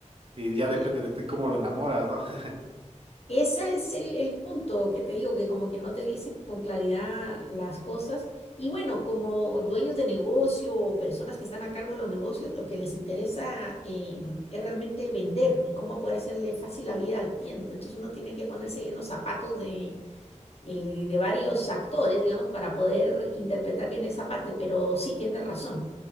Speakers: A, on the right (about 45°); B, on the left (about 50°).
A: y
B: Sí.
A: ya depende de ti cómo lo enamoras, ¿no? <laughs>
B: Ese es el, el punto que te digo, que como que no te dicen con claridad las cosas. Y bueno, como dueños de negocio o personas que están a cargo de los negocios, lo que les interesa eh, es realmente vender y cómo poder hacerle fácil la vida al cliente. Entonces uno tiene que ponerse ahí en los zapatos de, eh, de varios actores, digamos, para poder interpretar bien esa parte. Pero sí, tienes razón.